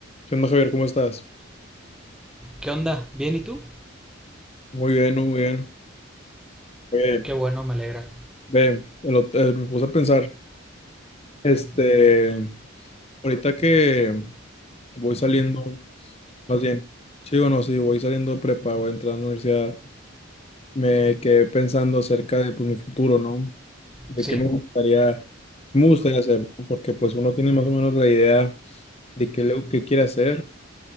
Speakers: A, on the left; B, in the centre.
A: ¿Qué onda, Javier? ¿Cómo estás?
B: ¿Qué onda? ¿Bien y tú?
A: Muy bien, muy bien. Oye,
B: Qué bueno, me alegra.
A: ve, el ot- eh, me puse a pensar, este, ahorita que voy saliendo, más bien, sí bueno sí, voy saliendo de prepa, voy a entrar a la universidad, me quedé pensando acerca de, pues, mi futuro, ¿no? De
B: Sí,
A: qué me gustaría, qué me gustaría hacer, ¿no? Porque, pues, uno tiene más o menos la idea de qué, le- qué quiere hacer